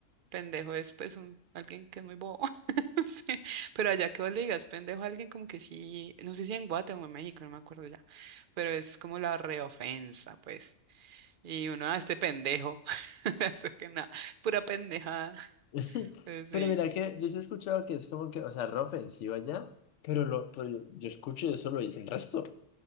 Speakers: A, on the right; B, on the left.
A: Pendejo es pues un, alguien que es muy bobo. <laughs> no Pero allá que vos le digas pendejo a alguien como que sí, no sé si en Guatemala o en México, no me acuerdo ya, pero es como la reofensa, pues. Y uno a este pendejo, <laughs> eso que nada, pura pendejada.
B: <laughs>
A: Pues sí.
B: Pero mira que yo sí he escuchado que es como que, o sea, re ofensivo allá, pero lo, pero yo, yo escucho y eso lo dice el resto.